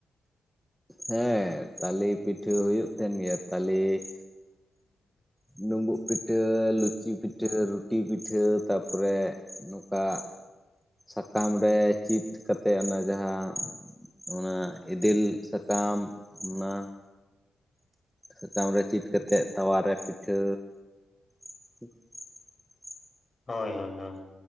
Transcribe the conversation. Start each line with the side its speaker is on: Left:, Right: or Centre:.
Centre: ᱦᱮᱸ, ᱛᱟᱞᱮᱹ ᱯᱤᱴᱷᱟᱹ ᱦᱳᱭᱳᱜ ᱛᱟᱦᱮᱱ ᱜᱮᱭᱟ ᱛᱟᱞᱮᱹ---ᱼ ᱰᱳᱸᱢᱵᱳᱜ ᱯᱤᱴᱷᱟᱹ ᱞᱩ ᱪᱤ ᱯᱤᱴᱷᱟᱹ ᱨᱩᱴᱤ ᱯᱤᱴᱷᱟᱹ ᱛᱟᱯᱚᱨᱮ ᱱᱚᱝᱠᱟᱼᱼᱼ ᱥᱟᱠᱟᱢ ᱨᱮ ᱪᱤᱴ ᱠᱟᱛᱮ ᱚᱱᱟ ᱡᱟᱦᱟᱸ ᱚᱱᱟ ᱤᱫᱼᱼ ᱫᱤᱞ ᱥᱟᱠᱟᱢ ᱚᱱᱟ ᱥᱟᱠᱟᱢ ᱨᱮ ᱪᱤᱴ ᱠᱟᱛᱮᱜ ᱛᱟᱣᱟᱨᱮ ᱯᱤᱴᱷᱟᱹᱼᱼ ᱥᱤ-ᱥᱤ -ᱥᱤᱦ-ᱥᱤ-ᱥᱤ -ᱥᱤᱜ ᱦ ᱾
Left: ᱦᱳᱭ -ᱦᱳᱭ -ᱦᱳᱭ,